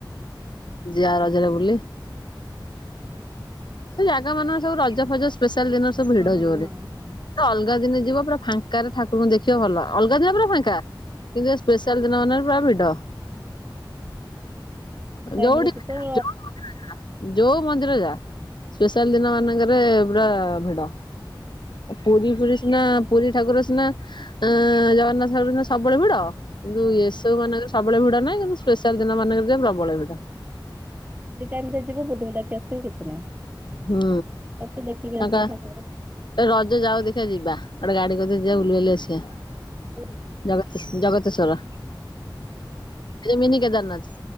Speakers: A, on the left; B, on the right.
A: ଯିଆ ରଜରେ ବୁଲି। ସେ ଜାଗା ମାନଙ୍କ ରେ ସବୁ ରଜ ଫଜ ସ୍ପେଆଲ୍ ଦିନ
B: ହୁଁ
A: ସବୁ
B: ହୁଁ
A: ଭିଡ
B: ହୁଁ
A: ଜୋରେ
B: ହୁଁ
A: ଅଲଗା ଦିନ ଯିବ ପୁରା ଫା ଫାଙ୍କା ରେ ଠାକୁରଙ୍କୁ ଦେଖିବ ଭଲ। ଅଲଗା ଦିନ ପୁରା ଫାଙ୍କା କିନ୍ତୁ ଏ ସ୍ପେଶାଲ ଦିନ ମାନ ପୁରା ଭିଡ।
B: ଟାଇମରେ
A: ଯୋଉଠି
B: ଯିବ
A: ଯୋଉ ମନ୍ଦିର ଯା ଯୋଉ ମନ୍ଦିର ଯା ସ୍ପେଶାଲ ଦିନ ମାନଙ୍କରେ ପୁରା ଭିଡ। ପୁରୀ ଫୁରୀ ସିନା ପୁରୀ ଠାକୁର ସିନା ଅ ଜଗନ୍ନାଥ ଠାକୁର ସିନା ସବୁବେଳେ ଭିଡ। କିନ୍ତୁ
B: ହଁ।
A: ଏସବୁ ମାନଙ୍କର ସବୁବେଳେ ଭିଡା ନାହିଁ କିନ୍ତୁ ସ୍ପେଶାଲ ଦିନ ମାନଙ୍କରେ ପ୍ରବଳ ଭିଡ।
B: ଖାଲି ଟାଇମ ରେ ଯିବୁ ବୁଲିବୁଲାକି ଆସ୍ କିଛି ନାହିଁ
A: ହୁଁ।
B: ଆ ଟିକେ ଦେଖିକି
A: ଫାଙ୍କା
B: ଆସିବ ଠାକୁର୍।
A: ରଜ ଯାଉ ଦେଖିବା ଯିବା ଗୋଟେ ଗାଡି କରିି ଯିବା ବୁଲିବୁଲାକି ଆସିବା।
B: ପୁରୀ
A: ଜଗତେ ଜଗତେସ୍ୱର।
B: ହୁଁ।
A: ଏଇ ମିନି କେଦାରନାଥ